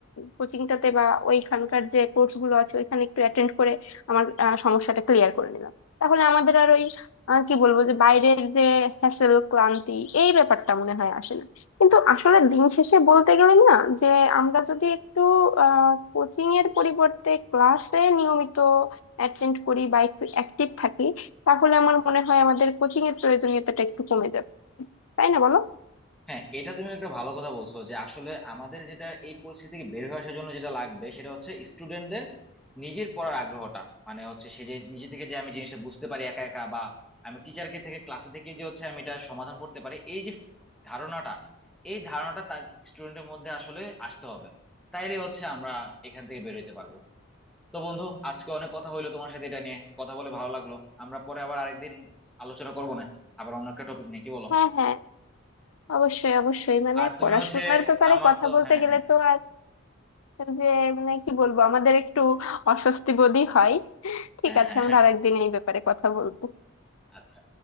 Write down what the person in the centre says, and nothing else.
হ্যাঁ এটা তুমি একটা ভালো কথা বলছো যে আসলে আমাদের যেটা এই পরিস্থিতি থেকে বের হয়ে আসার জন্য যেটা লাগবে সেটা হচ্ছে স্টুডেন্টদের নিজের পড়ার আগ্রহটা মানে হচ্ছে সে যে নিজে থেকে যে আমি জিনিসটা বুঝতে পারি একা একা বা আমি টিচারকে থেকে ক্লাসে থেকে যে হচ্ছে আমি এটা সমাধান করতে পারি এই যে ধারণাটা এই ধারণাটা তার স্টুডেন্টের মধ্যে আসলে আসতে হবে তাইলে হচ্ছে আমরা এখান থেকে বের হইতে পারবো তো বন্ধু আজকে অনেক কথা হইলো তোমার সাথে এটা নিয়ে কথা বলে ভালো লাগলো আমরা পরে আবার আরেকদিন আলোচনা করবো না আবার অন্য একটা টপিক নিয়ে কি বলো
আর তুমি
হচ্ছে
আমার
তো
হ্যাঁ
হ্যাঁ
হ্যাঁ
হ্যাঁ
হ্যাঁ
আচ্ছা